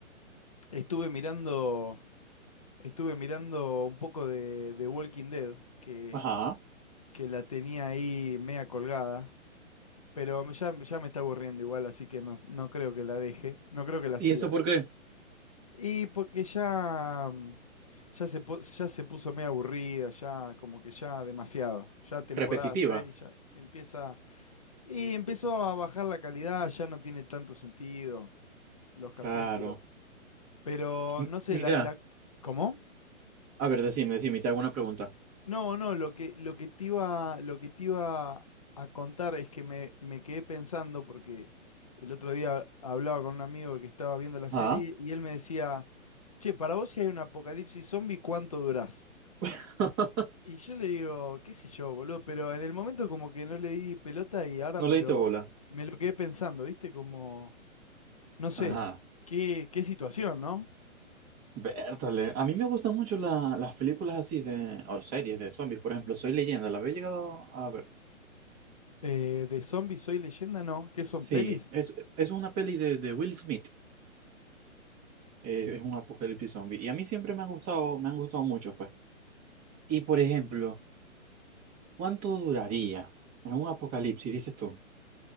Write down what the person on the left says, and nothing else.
Estuve mirando, estuve mirando un poco de, de Walking Dead, que,
que la tenía ahí media colgada, pero ya, ya me está aburriendo igual, así que no, no creo que la deje, no creo que la
siga.
Y porque ya, mm, ya se, pu- ya se puso medio aburrida, ya como que ya demasiado. Ya temporada
6 ya empieza... Y empezó a bajar la calidad, ya no tiene tanto sentido los capítulos.
Pero
no sé,
la, la- ¿Cómo?
No, no, lo que, lo que te iba, lo que te iba a contar es que me, me quedé pensando porque el otro día hablaba con un amigo que estaba viendo la serie
y él me decía, che, para vos si hay un apocalipsis zombie, ¿cuánto durás?
Y yo le digo, qué sé yo, boludo, pero en el momento como que no le di pelota y ahora
me
lo,
me lo quedé pensando, ¿viste? Como, no sé,
qué, qué situación, ¿no?
Eh, de zombies soy leyenda, ¿no? ¿Qué son
pelis?